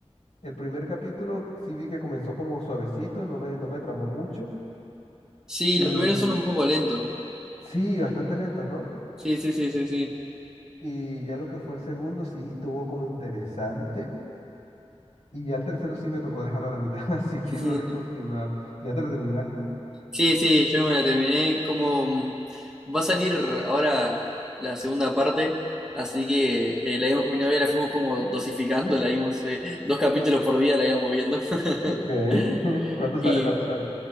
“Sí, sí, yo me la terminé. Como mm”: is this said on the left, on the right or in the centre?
Centre